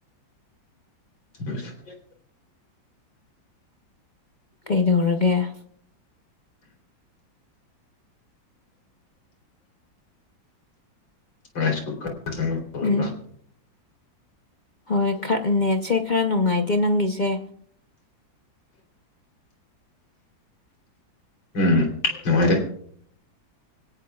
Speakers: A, on the left (about 85°); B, on the left (about 45°).
A: ꯑꯁ <unintelligible> <inaudible>
B: ꯀꯩꯗꯧꯔꯒꯦ
A: ꯔꯥꯏꯁ ꯀꯨꯀꯔ ꯀꯥꯡꯉꯧ ꯇꯧꯔꯤꯕ
B: ꯎꯝ <unintelligible> <inaudible> ꯍꯣꯏ ꯈꯔ ꯅꯦꯠꯁꯦ ꯈꯔ ꯅꯨꯡꯉꯥꯏꯇꯦ ꯅꯪꯒꯤꯁꯦ
A: ꯎꯝ ꯅꯨꯡꯉꯥꯏꯇꯦ